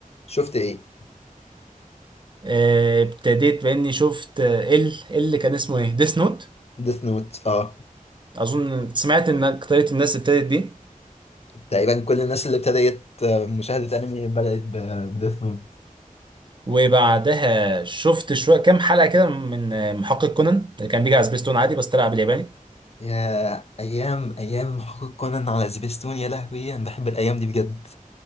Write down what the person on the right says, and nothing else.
آه، ابتديت باني شفت آه، ال اللي كان اسمه ايه ديس نوت
اظن سمعت ان اكتريت الناس ابتدت بيه
وبعدها شفت شويه كام حلقه كده من آه، محقق كونان اللي كان بيجي على سبيستون عادي بس طلع بالياباني